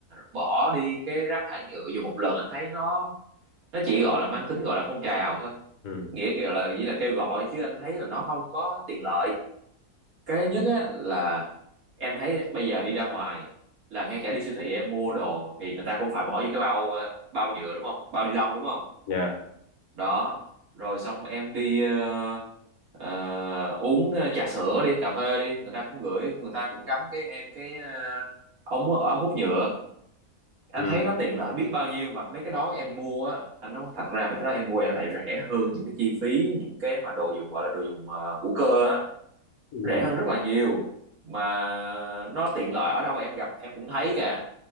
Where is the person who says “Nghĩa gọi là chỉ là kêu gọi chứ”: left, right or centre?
Right